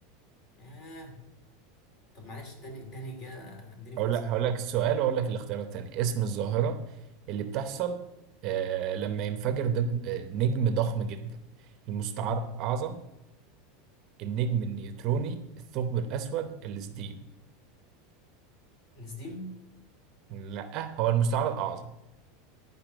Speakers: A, on the left; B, on the right.
A: ياه طب معلش تاني تاني كده اديني فرصة
B: هقول لك
A: كمان
B: هقول لك السؤال واقول لك الاختيارات التانية اسم الظاهرة اللي بتحصل آه لما ينفجر دج- آه، نجم ضخم جدا المستعر
A: مم.
B: الأعظم النجم النيوتروني الثقب الأسود السديم
A: السديم
B: لا هو المستعر الأعظم